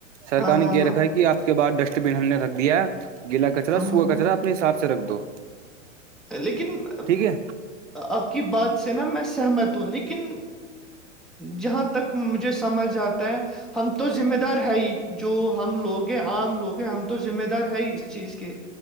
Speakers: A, on the right (about 70°); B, in the centre.
A: سرکار
B: ہاں ہاں
A: نے کہہ
B: ہاں
A: رکھا ہے کہ آپ باہر ڈسٹ بن ہم نے رکھ دیا گیلا کچرا
B: ہوں
A: سوخا
B: ہوں ہوں
A: کچرا اپنے حساب سے رکھ دو
B: لیکن
A: ٹھیک ہے
B: آپ کی بات سے نا میں سہمت ہوں لیکن جہاں تک مجھے سمجھ آتا ہے ہم تو ذمہ دار ہے ہی جو ہم لوگ ہیں عام لوگ ہیں ہم ذمہ دار ہے ہی اس چیز کے